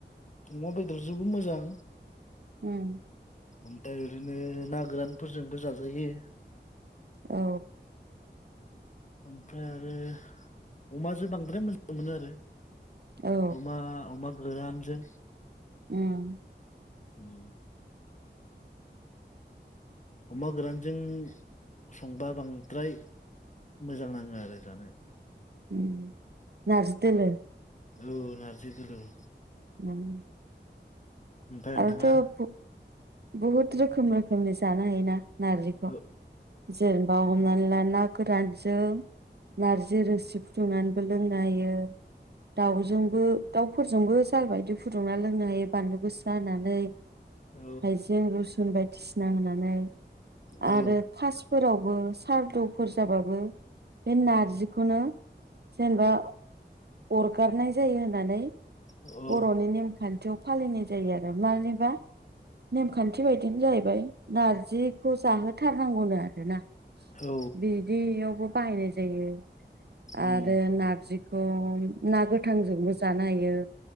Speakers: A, on the left (about 40°); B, on the right (about 60°).
A: अमा बेदरजोंबो मोजां
B: उम्म
A: ओमफाय ओरैनो ना गोरानफोरजोंबो जाजायो।
B: औ।
A: ओमफ्राय आरो अमाजों बांद्राय मोजां मोनो आरो।
B: औ
A: अमा अमा गोरान जों
B: उम्म
A: उम्म अमा गोरानजों संबा बांद्राय मोजां नाङो आरो जानो।
B: उम्म नारजि दोलो
A: औ नारजि दोलो औ।
B: उम्म
A: ओमफ्राय नोंथाङा
B: आंथ बु बुहुद रोखोम रोखोमनि जानो हायोना नारजिख
A: औ
B: जेनेबा हमनानै ला ना गोरानजों नारजि रोसि फुदुंनानैबो लोंनो हायो दाउजोंबो दाउफोरजोंबो साय बायदि फुदुंनानै लोंनो हायो बानलु गोस सा होनानै
A: औ
B: हायजें रुसुन बायदिस ना होनानै
A: औ
B: आरो खासफोराव सारदुफोर जाबाबो बे नारजिखौनो जेनेबा अरगारनायय थायो होननानै
A: औ
B: बरनि नेमखान्थियाव फालिनाय जायो आरो मानिबा नेमखान्थि बायदियैनो जाहैबाय नारजिखौ जाहोथारनांगौनो आरोना।
A: औ
B: बिदियावबो बाहायनाय जायो। आरो
A: उम
B: नारजि अ ना गोथांजोंबो जानो हायो।